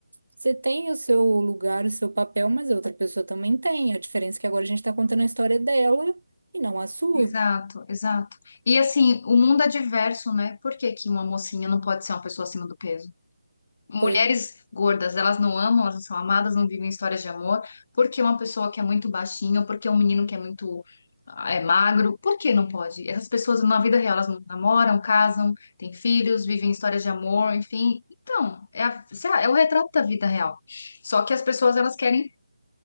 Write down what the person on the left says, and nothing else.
exato, exato. E assim, o mundo é diverso, né? Por que que uma mocinha não pode ser uma pessoa acima do peso? Mulheres
gordas, elas não amam, elas não são amadas, não vivem histórias de amor. Por que uma pessoa que é muito baixinha, ou por que um menino que é muito ah, é magro, por que não pode? Essas pessoas na vida real, elas não namoram, casam, têm filhos, vivem histórias de amor, enfim. Então, é, a- é o retrato da vida real. Só que as pessoas, elas querem